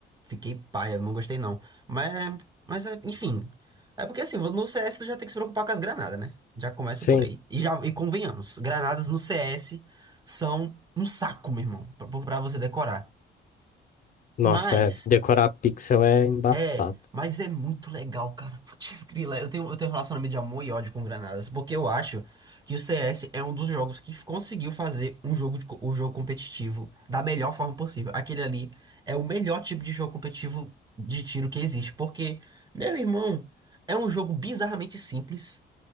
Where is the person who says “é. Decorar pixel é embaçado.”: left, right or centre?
Left